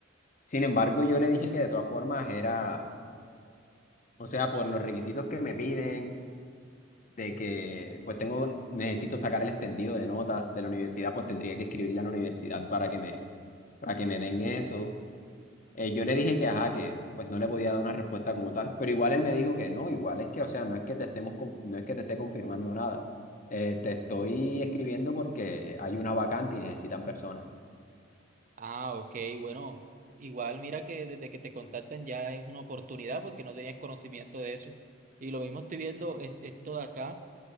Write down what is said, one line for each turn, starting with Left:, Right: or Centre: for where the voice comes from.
Left: Sin embargo, yo le dije que de todas formas era, o sea, por los requisitos que me piden de que pues tengo, necesito sacar el extendido de notas de la universidad, pues tendría que escribirle a la universidad para que me, para que me den eso. Eh, yo le dije que, ajá, que pues no le podía dar una respuesta como tal, pero igual él me dijo que no, igual es que, o sea, no es que te estemos, conf- no es que te esté confirmando nada. Eh, te estoy escribiendo porque hay una vacante y necesitan personas.
Right: Ah, ok, bueno, igual mira que desde que te contactan ya es una oportunidad porque no tenías conocimiento de eso. Y lo mismo estoy viendo es- esto de acá